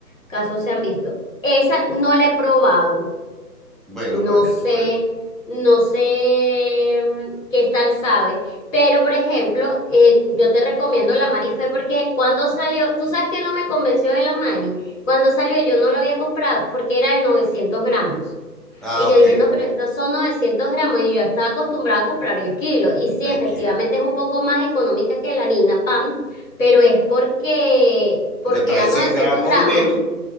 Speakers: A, on the left; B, in the centre.
A: casos se han visto. Esa no la he probado.
B: Bueno,
A: No
B: para que
A: sé,
B: tú veas.
A: no sé mm, qué tal sabe, pero por ejemplo, eh, yo te recomiendo la Mari Fe porque cuando salió, tú sabes que no me convenció de la Mari, cuando salió yo no lo había comprado porque era de 900 gramos.
B: Ah,
A: Y yo
B: ok,
A: dije, no, pero estos son 900 gramos y yo estaba acostumbrada a comprar el kilo. Y sí,
B: el
A: efectivamente
B: kilo.
A: es un poco más económica que la harina PAN, pero es porque, porque
B: Porque trae
A: era
B: 100
A: novecientos
B: gramos
A: gramos
B: menos.